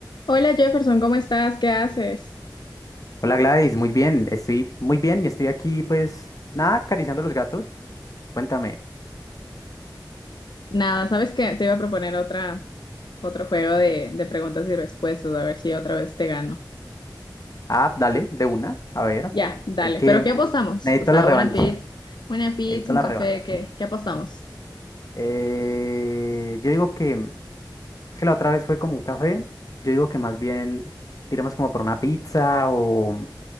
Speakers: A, on the left (about 70°); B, on the left (about 50°).
A: Hola Jefferson, ¿cómo estás? ¿Qué haces?
B: Hola Gladys, muy bien, estoy muy bien y estoy aquí pues nada, acariciando los gatos. Cuéntame.
A: Nada, ¿sabes qué? Te iba a proponer otra, otro juego de, de preguntas y respuestas, a ver si otra vez te gano.
B: Ah, dale, de una, a ver.
A: Ya, dale.
B: Hay que...
A: ¿Pero qué apostamos?
B: Necesito
A: O sea,
B: la revancha,
A: una pizza, una pizza,
B: necesito
A: un
B: la
A: café,
B: revancha.
A: ¿qué, qué apostamos?
B: Eh, yo digo que... Es que la otra vez fue como un café, yo digo que más bien tiramos como por una pizza o